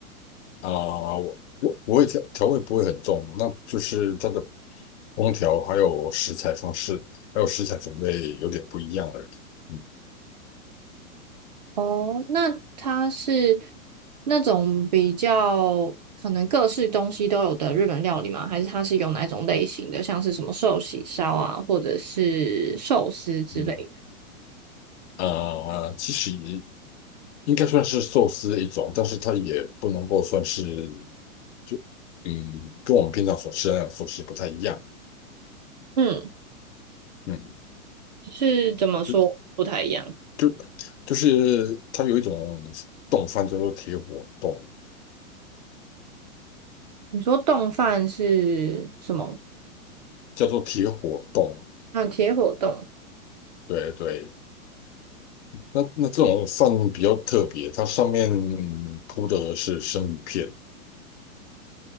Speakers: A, on the left; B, on the right.
A: 啊、我我我也调调味不会很重，那就是它的烹调还有食材方式，还有食材种类有点不一样而已。嗯
B: 哦，那它是那种比较可能各式东西都有的日本料理吗？还是它是有哪一种类型的，像是什么寿喜烧啊，或者是寿司之类的？
A: 嗯，呃，其实应该算是寿司的一种，但是它也不能够算是，就嗯，跟我们平常所吃的那种寿司不太一样，
B: 嗯。
A: 嗯，
B: 就是怎么说不太一样？
A: 就就就是它有一种冻饭叫做铁火冻，
B: 你说冻饭是什么？
A: 叫做铁火冻，
B: 嗯，铁火冻，
A: 对对，那那这种饭比较特别，它上面铺的是生鱼片，